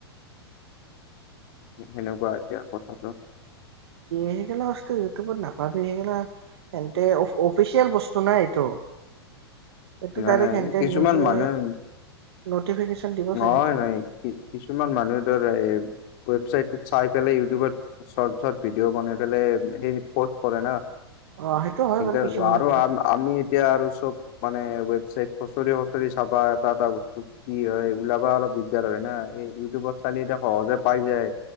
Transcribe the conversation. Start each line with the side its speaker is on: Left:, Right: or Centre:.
Left: সেনেকুৱা এতিয়া কথা
Right: এইগেলা বস্ত ইউটউবত না ভাবি সেই গেলা এন্তে অফিচিয়েল বস্তু নাই এইটো। এইটো
Left: নাই
Right: ডাইৰেক্ট
Left: নাই
Right: সেতে
Left: কিছুমান
Right: নিজে
Left: মানুহে
Right: নটিফিকেশচন দিব
Left: নহয়
Right: চাগে।
Left: নাই কি কিছুমান মানুহে ধৰ এ ৱেবচাইটত চাই পেলাই ইউটিউবত চৰ্ট চৰ্ট ভিডিঅ' বনাই পেলাই সেই পৰ্ত কৰে ন।
Right: অ', সেইটো হয়
Left: স
Right: বাৰু কিছুমানে
Left: আৰু
Right: কৰে।
Left: আমি এতিয়া আৰু চব মানে ৱেব চাইত খচৰি খচৰি চাবা এটা এটা বস্তু কি হয় ওলাবা অলপ দিগদাৰ হয় না এই ইউটিউব এতিয়া সহজে পায় যায়